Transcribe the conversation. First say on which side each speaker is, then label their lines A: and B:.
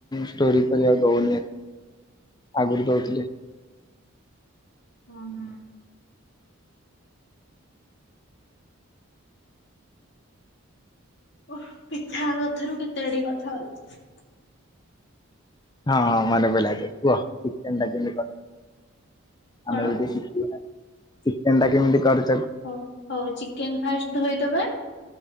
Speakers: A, on the left (about 20°); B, on the left (about 55°).
A: ଷ୍ଟୋରୀ କରିବାକୁ ଦୋଉନି ଏ ଆଗରୁ ଦଉଥିଲି।
B: ଉଁ ହୁଁ। ଓ ପିଠା କଥାରୁ କେତେ ଆଡେକି କଥା ଗଲା।
A: ହଁ ମାନେ ପଇଲା ଏବେ କୁହ ଚିକେନ ଟା କେମତି କରୁଚ?
B: କଣ
A: ଆମେ ବି ଟିକେ ଶିଖିବୁନା ଚିକେନ ଟା କେମତି କରୁ
B: ହ ହଉ ଚିକେନ ଫାଷ୍ଟ ଧୋଇଦବା।